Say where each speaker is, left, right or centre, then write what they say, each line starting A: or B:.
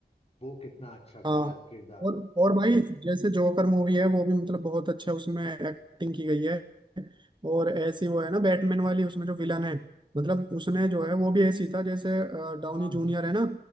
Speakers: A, on the left (about 35°); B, on the right (about 25°).
A: वो कितना अच्छा किया
B: हाँ
A: किरदार
B: और और भाई जैसे जोकर मूवी है वो भी मतलब बहुत अच्छा उसमें एक्टिंग की गई है और ऐसी वो है ना बैटमैन वाली उसमें जो विलन है मतलब उसने जो है वो भी ऐसी था जैसे अ, डाउनी
A: हाँ
B: जूनियर है ना